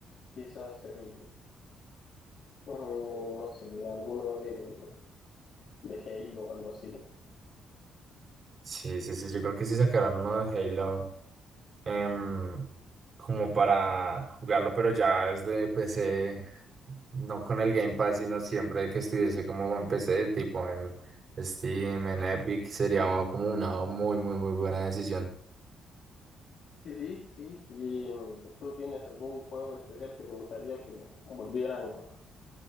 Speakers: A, on the left; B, on the right.
A: Quizás el, mm, no sé, alguno de, de Halo o algo así.
B: Sí, sí, sí, yo creo que sí sacaran uno de Halo em, como para jugarlo, pero ya desde PC, no con el Game Pass, sino siempre que estuviese como en PC, tipo en Steam, en Epic, sería como una muy, muy, muy buena decisión.
A: Sí, sí, sí. ¿Y mm, tú tienes algún juego especial que te gustaría que lo volvieran a,